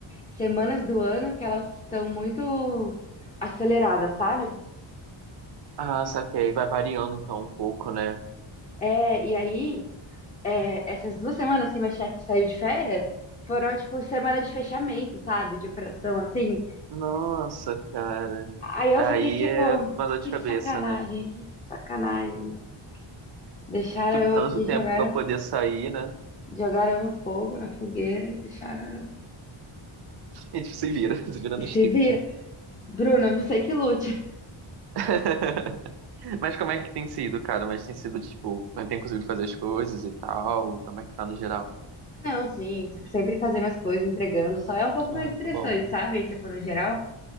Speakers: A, on the left; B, on the right.
A: semanas do ano que elas estão muito aceleradas, sabe?
B: Ah, saquei. Vai variando então um pouco, né?
A: É, e aí, é, essas duas semanas que minha chefe saiu de férias foram, tipo, semana de fechamento, sabe? De operação, assim.
B: Nossa, cara.
A: Aí eu
B: Aí
A: fiquei, tipo,
B: é uma dor
A: que
B: de cabeça,
A: sacanagem,
B: né?
A: que sacanagem. Deixaram
B: Tipo,
A: eu
B: tanto
A: aqui,
B: tempo
A: jogaram,
B: pra poder sair, né?
A: jogaram eu no fogo, na fogueira, e deixaram eu.
B: <laughs> E tipo, se vira, <laughs> se vira
A: E
B: nos
A: se
B: 30.
A: vira. Bruna, você que lute.
B: <laughs> Mas como é que tem sido, cara? Mas tem sido, tipo, quando tem conseguido fazer as coisas e tal? Como é que tá no geral?
A: Ah, Não, sim, sempre fazendo as coisas, entregando, só é um pouco mais
B: Ah,
A: interessante,
B: que bom.
A: sabe? Tipo, no geral.